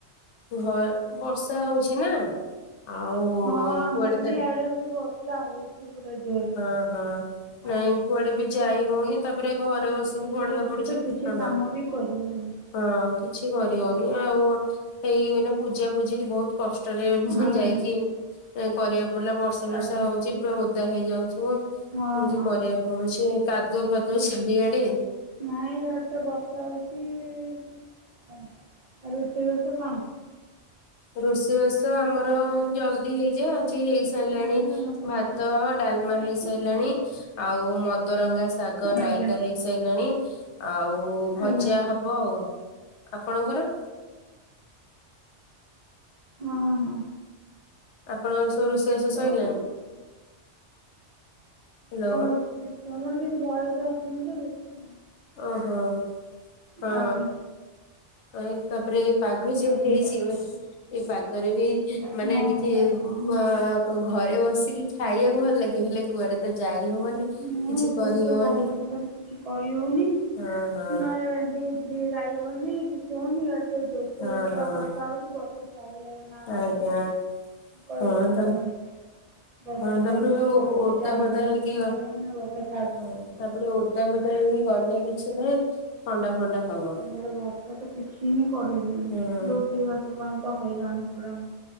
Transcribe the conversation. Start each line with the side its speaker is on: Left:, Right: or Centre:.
Left: ଘ ବର୍ଷା ହଉଛି ନା? ଆଉ?
Right: ହଁ ଆମର
Left: କୁଆଡେ ତ
Right: ବି ଆଡେ ବି ବର୍ଷା ହଉଛି। ପୁରା ଜୋରରେ
Left: ହଁ ହଁ
Right: କଣ
Left: ନାଇଁ
Right: କରିବା?
Left: କୁଆଡେ ବି ଯାଇ ହଉନି ତାପରେ ଘରେ ବସିକି
Right: ବର୍ଷା
Left: ପଢିଆ
Right: ସକାଶେ
Left: ପଢୁଛି
Right: ତ କିଛି
Left: କୁଟଣ।
Right: କାମ ବି କରିହଉନି
Left: ହଁ କିଛି କରି ହଉନି ଆଉ ଏଇନା ପୂଜା ଫୂଜି ବହୁତ କ ଟରେ ମୁଁ
Right: ଆଜ୍ଞା
Left: ଯାଇକି କରିବାକୁ ପଡ଼ିଲା ବର୍ଷା ବର୍ଷା
Right: ଆଜ୍ଞା।
Left: ହଉଛି ପୁରା ଓଦା ହେଇଯାଉଥିବ।
Right: ହଁ
Left: ଏମିତି
Right: ହଁ
Left: କରିବାକୁ ପଡୁଛି କାଦୁଅ ଫାଦୁଅ ଚାରିଆଡ଼େ।
Right: ନାଇଁ ଇଆଡ଼େ ତ ବର୍ଷା ହେଉଛି ଆ ଆଉ ରୋଷେଇବାସ କଣ?
Left: ରୋଷେଇ ବାସ ଆମର ଜଲଦି ହେଇଯାଏ ଆଜି ହେଇସାରିଲାଣି
Right: ନାଇଁ ଆମର ତ
Left: ଭାତ
Right: କିଛି ରୋଷେଇ
Left: ଡାଲମା
Right: ହେଇନି
Left: ହେଇସାରିଲାଣି
Right: କଣ କଣ
Left: ଆଉ ମଦରଙ୍ଗା ଶାଗ ରାଇତା
Right: ଆଜ୍ଞା
Left: ହେଇ ସାଇଲାଣି ଆଉ ଭଜା
Right: ଆଜ୍ଞା
Left: ହବ ଆଉ ଆପଣଙ୍କର?
Right: ହଁ ହଁ।
Left: ଆପଣଙ୍କର ସବୁ ରୋଷେଇବାସ
Right: ହଉ।
Left: ସରିଲାଣି? ହ୍ୟାଲୋ।
Right: ତ ତମର କିଛି ଭୟେସ ଆସୁନିତ ସେଇଥିପାଇଁ।
Left: ଓହୋ ହଁ।
Right: ଆଜ୍ଞା
Left: ଅ ଏଇ ତାପରେ ଏଇ ପାଗ ଯୋଉ
Right: ଆଜ୍ଞା
Left: ହେଇଛି ଓ ଏଇ ପାଗରେ ବି ମାନେ
Right: ହଁ
Left: ଟିକେ
Right: ହଁ
Left: ମା କଣ ଘରେ ବସିକି ଖାଇବାକୁ ଭଲ ଲାଗିବ ହେଲେ କୁଆଡେ ତ ଯାଇ ହବନି।
Right: ମୁଁ
Left: କିଛି
Right: ଏପଟ
Left: କରିହବନି
Right: ତ ବର୍ଷା ସକାଶେ କିଛି କରିହଉନି
Left: ହଁ ହଁ
Right: ନା ଏ ଡ୍ୟୁ ଟିକେ ଯାଇ ହଉନି କିଛି ହଉନି। ଇଆଡେ ତ ଜୋର ସୋରେ
Left: ହଁ
Right: ପୁରା
Left: ହଁ
Right: ବର୍ଷା ହଉଛି ବର୍ଷା ଚାରି ଆଡେ଼ ନାଳ
Left: ଆଜ୍ଞା
Right: ନମି କହିଲେ
Left: ହଁ
Right: ଆଉ
Left: ତା
Right: କଣ। ବର୍ଷା
Left: ହଁ
Right: ତ
Left: ତାପରେ
Right: ଏମିତି
Left: ଓଦା
Right: ହଉଛି ଚାରି
Left: ଫୋଦା
Right: ପାଞ୍ଚ
Left: ହେଇକି
Right: ଦିନି ହେଲାଣି ଆଉ ବର୍ଷା ତ
Left: ହଁ ତାପରେ ଓଦା ଫୋଦା ହେଇକି ଗଲେ କିଛି ନାହିଁ ଥଣ୍ଡା ଫଣ୍ଡା ହବ।
Right: ହେଲେ ବର୍ଷା ତ କିଛି ହିଁ କରେଇ ଦଉନି।
Left: ହଁ
Right: ରୋଷେଇ ବାସ ପାଇଁ ତ ହେଇରାଣ ପୁରା ଉଁ